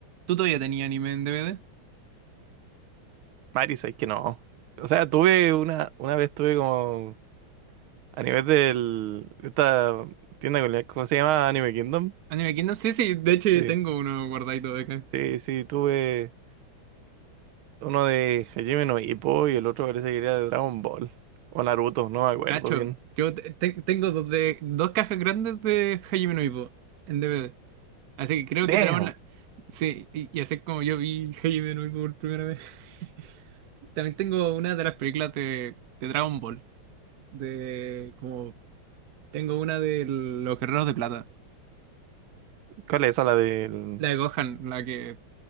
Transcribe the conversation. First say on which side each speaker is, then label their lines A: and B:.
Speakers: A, on the right; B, on the right.
A: ¿Tú todavía tenías anime en DVD?
B: Mari, sabes que no. O sea, tuve una, una vez tuve como a nivel del esta tienda que ¿cómo se llama? Anime Kingdom.
A: Anime Kingdom, sí, sí, de hecho yo
B: Sí,
A: tengo uno guardadito de acá.
B: sí, sí, tuve uno de Hajime no Ippo y el otro parece que era de Dragon Ball. O Naruto, no me acuerdo
A: Nacho,
B: bien.
A: yo te- te- tengo dos, de, dos cajas grandes de Hajime no Ippo en DVD. Así que creo
B: Damn.
A: que tenemos la... Sí, y, y así es como yo vi Hajime no Ippo por primera vez. <laughs> También tengo una de las películas de, de Dragon Ball. De como... Tengo una de Los Guerreros de Plata.
B: ¿Cuál es esa? La del.
A: La de Gohan, la que...